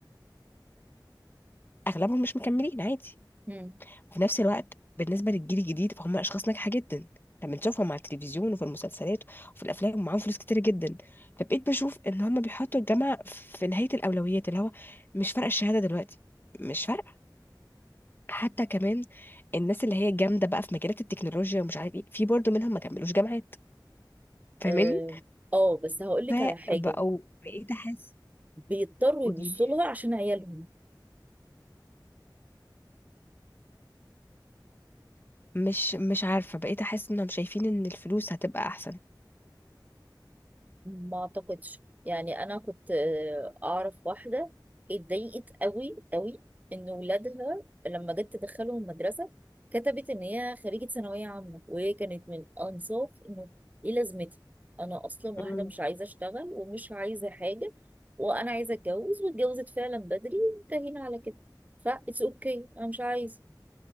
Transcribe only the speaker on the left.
اغلبهم مش مكملين عادي
وفي نفس الوقت بالنسبه للجيل الجديد فهم اشخاص ناجحه جدا لما نشوفهم على التلفزيون وفي المسلسلات وفي الافلام ومعاهم فلوس كتير جدا فبقيت بشوف ان هم بيحطوا الجامعه في نهايه الاولويات اللي هو مش فارقه الشهاده دلوقتي مش فارقه حتى كمان الناس اللي هي جامده بقى في مجالات التكنولوجيا ومش عارف ايه في برضه منهم ما كملوش جامعات فاهماني
فبقوا
بقيت احس
قولي
لي
مش مش عارفه بقيت احس انهم شايفين ان الفلوس هتبقى احسن
مم.